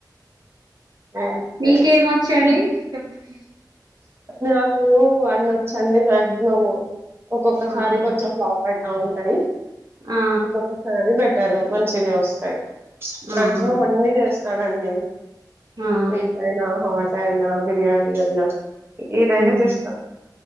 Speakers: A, on the right; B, on the right.
A: ఓకే
B: మీకేమొచ్చండి
A: మీకు
B: చెప్పండి.
A: నాకు అన్ని వచ్చండి మాక్సిమం ఒక్కొక్కసారి
B: ఆహా
A: కొంచెం ఫ్లాప్ అ అ ఉంటాయి.
B: ఆ
A: ఒక్కక్క సాని బె అంటారు కొంచినే వస్తాయి.
B: ఆహా
A: మాక్సిమం అన్ని చేస్త స్తానండి
B: ఆ
A: స్వీట్ అయినా హాట్ అయినా బిర్యానీ అయినా ఏదైనా
B: ఉమ్
A: చేస్తాం